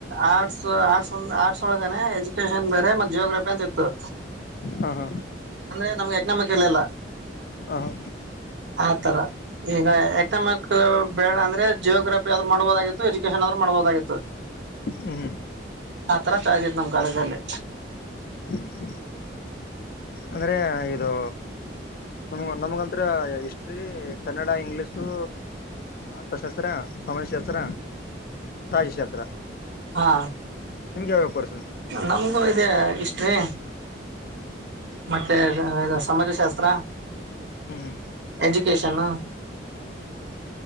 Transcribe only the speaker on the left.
ಹಾ ಹಾ.
ಆ ಹಾ.
ಹ್ಮ್
ಹ್ಮ್ ಅಂದ್ರೆ ಇದು ನಮ್ ನಮಗಂತ್ರ ಹಿಸ್ಟ್ರಿ ಕನ್ನಡ ಇಂಗ್ಲೀಷು ಅರ್ಥಶಾಸ್ತ್ರ ಸಮಾಜಶಾಸ್ತ್ರ ರಾಜಶಾಸ್ತ್ರ
ನಿಮ್ಗೆ ಯಾವ್ ಯಾವ್ ಕೋರ್ಸ್ ಇತ್ತು
ಹ್ಮ್
ಹ್ಮ ಹ್ಮ
ಹ್ಮ್ ಹ